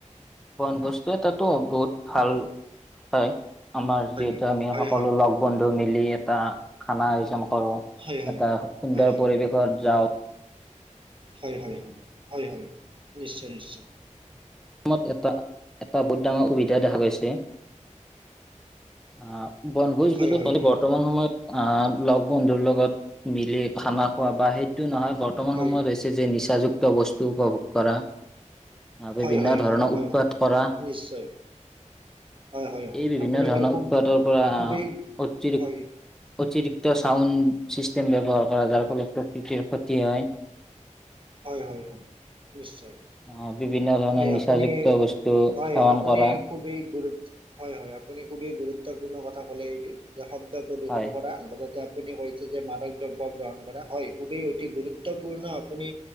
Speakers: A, in the centre; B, on the right (about 40°).
A: বনভোজটো তটো বহুত ভাল হয়। আমাৰ
B: হয়
A: যিহেতু আমি
B: হয়
A: সকলো লগ বন্ধু মিলি এটা খানা আয়োজন কৰো
B: হয় হয়
A: এটা সুন্দৰ
B: হয় হয়
A: পৰিৱেশত যাও।
B: হয় হয় হয়, হয় হয় নিশ্চয় নিশ্চয়।
A: অসমত এটা এটা বহুত ডাঙৰ সুবিধা দেখা গৈছে। আ বনভোজ
B: হয়
A: বুলি
B: হয়
A: ক'লে
B: হয়
A: বৰ্তমান সময়ত আ লগ বন্ধুৰ লগত মিলি খানা খোৱা বা সেইটো নহয় বৰ্তমান
B: হয়
A: সময়ত হৈছ চে যে নিচাযুক্ত বস্তু উপভোগ কৰা। বিভিন্ন
B: হয় হয়
A: ধৰণৰ
B: হয় হয়
A: উৎপাত
B: হয় হয়
A: কৰা
B: নিশ্চয় হয় হয় হয়
A: এই বিভিন্ন
B: আপুনি
A: ধৰণৰ
B: এইটো খুব
A: উৎপাতৰ পৰা
B: খুবেই
A: অতিৰি
B: হয়
A: অতিৰিক্ত ত চাউণ্ড চিষ্টেম ব্যৱহাৰ কৰা যাৰ ফলত প্ৰকৃতিৰ ক্ষতি হয়।
B: হয় হয় হয়, নিশ্চয়।
A: আহ বিভিন্ন ধৰণৰ
B: হয়
A: নিচাযুক্ত
B: আপুনি,
A: বস্তু
B: হয়
A: সেৱন
B: আপুনি
A: কৰা
B: খুবেই গুৰু, হয় হয় আপুনি খুবেই গুৰুত্বপূৰ্ণ কথা ক'লে এইটো যে শব্দ প্ৰদূষণ
A: হয়
B: কৰা লগতে আপুনি কৈছে যে মাদক দ্ৰব্য গ্ৰহণ কৰা হয় খুবেই অতি গুৰুত্বপূৰ্ণ আপুনি